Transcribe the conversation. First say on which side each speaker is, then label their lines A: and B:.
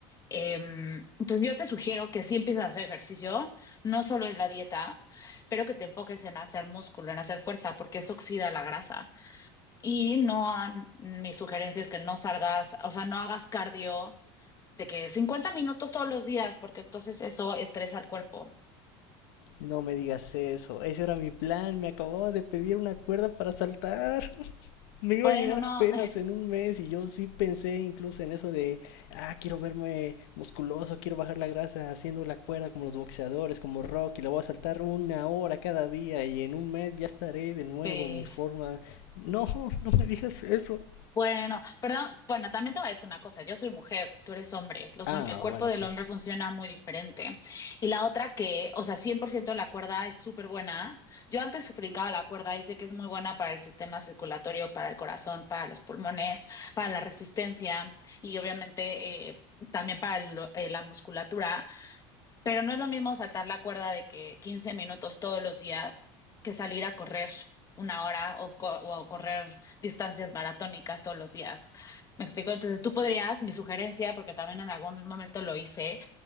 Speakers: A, on the left; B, on the left.
A: Eh, entonces yo te sugiero que sí empieces a hacer ejercicio, no solo en la dieta, pero que te enfoques en hacer músculo, en hacer fuerza, porque eso oxida la grasa. Y no, a- mi sugerencia es que no salgas, o sea, no hagas cardio de que 50 minutos todos los días, porque entonces eso estresa al cuerpo.
B: No me digas eso. Ese era mi plan. Me acababa de pedir una cuerda para saltar. Me iba
A: Bueno,
B: a llegar
A: no,
B: apenas en un mes y yo sí pensé incluso en eso de, ah, quiero verme musculoso, quiero bajar la grasa haciendo la cuerda como los boxeadores, como Rocky, la voy a saltar una hora cada día y en un mes ya estaré de nuevo
A: <laughs>
B: en mi forma. No, <laughs> no me digas eso.
A: Bueno, perdón, bueno, también te voy a decir una cosa, yo soy mujer, tú eres hombre, los,
B: Ah,
A: hom- el cuerpo
B: bueno,
A: del
B: cierto.
A: hombre funciona muy diferente. Y la otra que, o sea, 100% la cuerda es súper buena. Yo antes brincaba la cuerda y sé que es muy buena para el sistema circulatorio, para el corazón, para los pulmones, para la resistencia y obviamente eh, también para lo- eh, la musculatura. Pero no es lo mismo saltar la cuerda de que 15 minutos todos los días que salir a correr una hora o, co- o correr distancias maratónicas todos los días. ¿Me explico? Entonces tú podrías, mi sugerencia, porque también en algún momento lo hice,